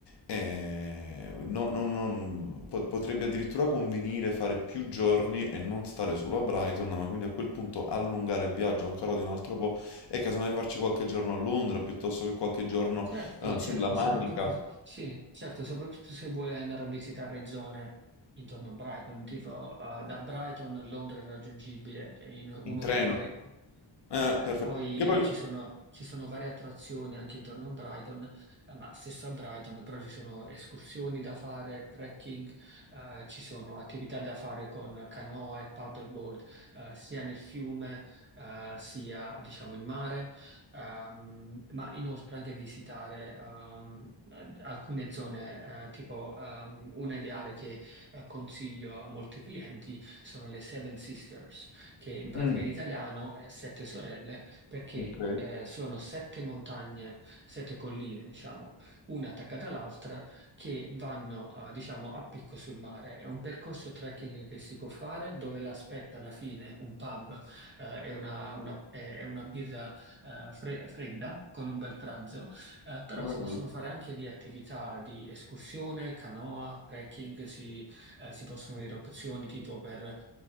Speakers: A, on the left; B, on the right.
A: E non- non- non- po- potrebbe addirittura convenire fare più giorni e non stare solo a Brighton, ma quindi a quel punto allungare il viaggio ancora di un altro po' e casomai farci qualche giorno a Londra piuttosto che qualche giorno
B: Certo,
A: eh,
B: certo,
A: sulla Manica,
B: soprattutto se, sì, certo, soprattutto se vuole andare a visitare zone intorno a Brighton, tipo eh, da Brighton Londra è raggiungibile in un'ora
A: in treno.
B: di treno.
A: Eh,
B: Eh,
A: perfetto.
B: e poi
A: Io poi...
B: ci sono, ci sono varie attrazioni anche intorno a Brighton, eh, ma stesso a Brighton, però ci sono escursioni da fare, trekking, eh, ci sono attività da fare con canoa e paddleboard, eh, sia nel fiume, eh, sia diciamo in mare, ehm, ma inoltre anche visitare ehm, alcune zone, eh, tipo ehm, una ideale che eh, consiglio a molti clienti sono le Seven Sisters che in pratica
A: Mm,
B: in italiano è Sette Sorelle, perché
A: ok,
B: eh, sono sette montagne, sette colline, diciamo, una attaccata all'altra, che vanno, eh, diciamo, a picco sul mare. È un percorso trekking che si può fare, dove l'aspetta alla fine un pub eh, e una, una- e una birra eh, fre- fredda con un bel pranzo. Eh, però
A: bello.
B: si possono fare anche lì attività di escursione, canoa, trekking, si, eh, si possono avere opzioni tipo per eh,